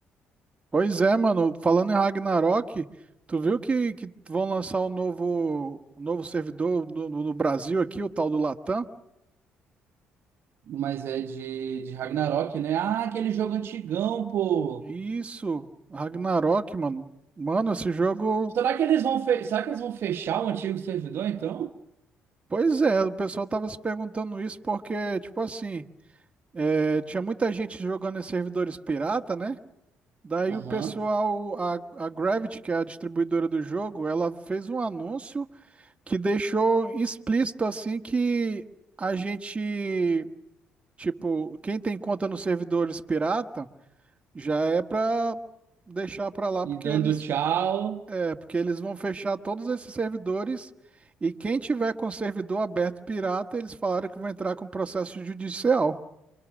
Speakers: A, on the right; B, on the right.
A: Pois é, mano. Falando em Ragnarok, tu viu que, que vão lançar o novo, o novo servidor no, no- no Brasil aqui, o tal do Latam?
B: Mas é de, de Ragnarok, né? Ah, aquele jogo antigão, pô.
A: Isso, Ragnarok, mano. Mano, esse jogo.
B: Será que eles vão, fe... Será que eles vão fechar o antigo servidor, então?
A: Pois é, o pessoal tava se perguntando isso porque, tipo assim, é, tinha muita gente jogando em servidores pirata, né? Daí
B: Aham.
A: o pessoal, a, a Gravity, que é a distribuidora do jogo, ela fez um anúncio que deixou explícito assim que a gente Tipo, quem tem conta nos servidores pirata já é para deixar para lá
B: E
A: porque
B: dando
A: eles
B: tchau.
A: é porque eles vão fechar todos esses servidores e quem tiver com servidor aberto pirata, eles falaram que vão entrar com processo judicial.